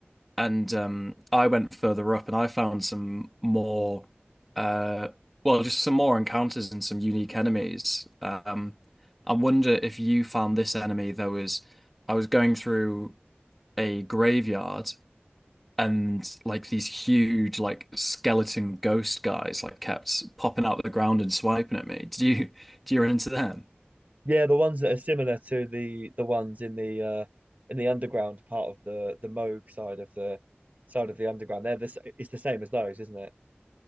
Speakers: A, in the centre; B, on the right.
A: And um, I went further up and I found some more, uh, well, just some more encounters and some unique enemies. Um, I wonder if you found this enemy. There was, I was going through a graveyard and like these huge like skeleton ghost guys like kept popping out of the ground and swiping at me. Did you do you run into them?
B: Yeah, the ones that are similar to the the ones in the uh in the underground part of the the Moog side of the side of the underground. They're the s- it's the same as those, isn't it?